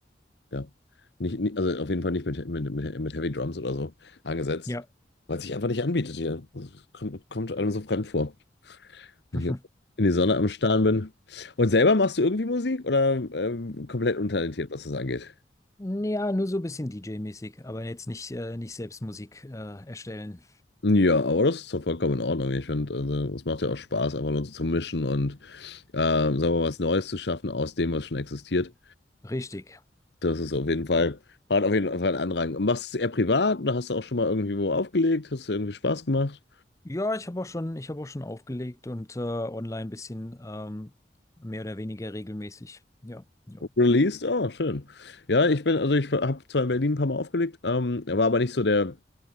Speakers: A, on the left (about 70°); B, on the left (about 15°).
A: ja, nicht, nicht, also auf jeden Fall nicht mit, mit, mit, mit Heavy Drums oder so angesetzt,
B: Ja.
A: weil es sich einfach nicht anbietet hier. Das kommt, kommt einem so fremd vor, wenn
B: <laughs>
A: ich jetzt in die Sonne am Starren bin. Und selber machst du irgendwie Musik oder ähm, komplett untalentiert, was das angeht?
B: Ja, nur so ein bisschen DJ-mäßig, aber jetzt nicht, äh, nicht selbst Musik äh, erstellen.
A: Ja, aber das ist doch vollkommen in Ordnung. Ich finde, also, es macht ja auch Spaß, einfach nur zu mischen und äh, sagen wir mal, was Neues zu schaffen aus dem, was schon existiert.
B: Richtig.
A: Das ist auf jeden Fall, hat auf jeden Fall einen Anrang. Und machst du es eher privat oder hast du auch schon mal irgendwie wo aufgelegt? Hast du irgendwie Spaß gemacht?
B: Ja, ich habe auch schon, ich habe auch schon aufgelegt und äh, online ein bisschen ähm, mehr oder weniger regelmäßig. Ja, ja.
A: Released? Oh, schön. Ja, ich bin, also ich habe zwar in Berlin ein paar Mal aufgelegt, ähm, war aber nicht so der,